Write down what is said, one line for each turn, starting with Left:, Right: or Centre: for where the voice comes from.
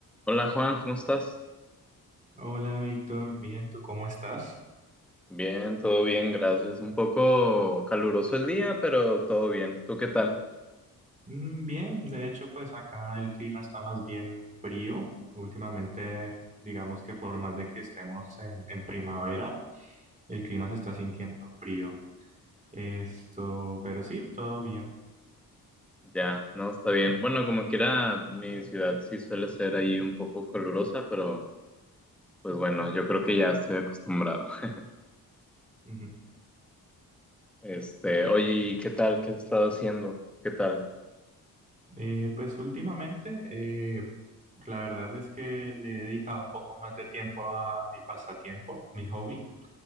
Centre: Hola Juan, ¿cómo estás?
Right: Hola Víctor, bien, ¿tú cómo estás?
Centre: Bien, todo bien, gracias. Un poco caluroso el día, pero todo bien. ¿Tú qué tal?
Right: Mm, Bien, de hecho pues acá el clima está más bien frío. Últimamente digamos que por más de que estemos en, en primavera, el clima se está sintiendo frío. Esto, pero sí, todo bien.
Centre: Ya, no, está bien. Bueno, como quiera, mi ciudad sí suele ser ahí un poco calurosa, pero pues bueno, yo creo que ya estoy acostumbrado. <laughs>
Right: Ujú.
Centre: Este, oye, ¿y qué tal? ¿Qué has estado haciendo? ¿Qué tal?
Right: Eh, pues últimamente eh, la verdad es que le he dedicado un poco más de tiempo a mi pasatiempo, mi hobby.